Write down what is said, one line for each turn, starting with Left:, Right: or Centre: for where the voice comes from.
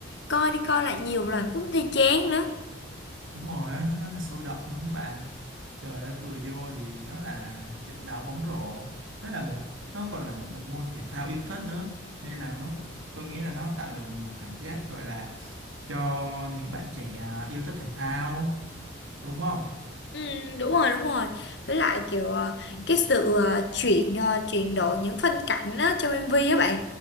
Left: Coi đi coi lại nhiều lần cũng thấy chán nữa.
Right: Đúng rồi á, nó rất là sôi động luôn đó bạn. Trời ơi, vừa vô thì nó là một trận đá bóng rổ, nó là một, nó còn là một bộ môn thể thao yêu thích nữa. Nên là nó, tôi nghĩ là nó tạo được một cảm giác gọi là cho những bạn trẻ yêu thích thể thao đúng không
Left: Ừ, đúng rồi đúng rồi với lại kiểu ờ, cái sự ờ, chuyển ờ, chuyển đổi những phân cảnh á, trong MV á bạn